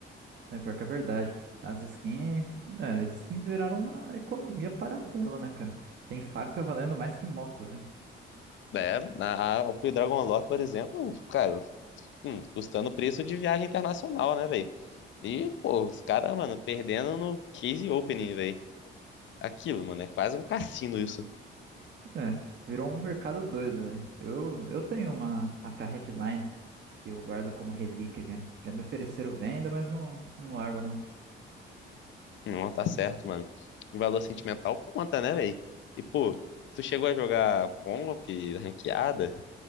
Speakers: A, on the right; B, on the left.
A: É pior que é verdade. As skins, é, as skins viraram uma economia paralela, né, cara? Tem faca valendo mais que moto,
B: É, na, a- o Dragon Lore, por exemplo, cara, hum, custando o preço de viagem internacional, né, velho? E, pô, os caras, mano, perdendo no Case Opening, velho. Aquilo, mano, é quase um cassino isso,
A: É, virou um mercado doido, velho. Eu, eu tenho uma a K Headline que eu guardo como relíquia, cara. Já me ofereceram venda, mas não, não largo, não.
B: Não, tá certo, mano. O valor sentimental conta, né, velho? E, pô, tu chegou a jogar comp, ranqueada,